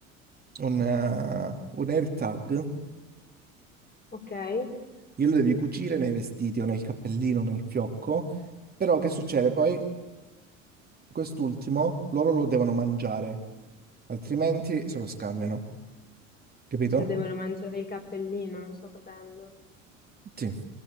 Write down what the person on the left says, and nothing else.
Ok? Mhm.
Cioè devono mangiare il cappellino, non sto capendo.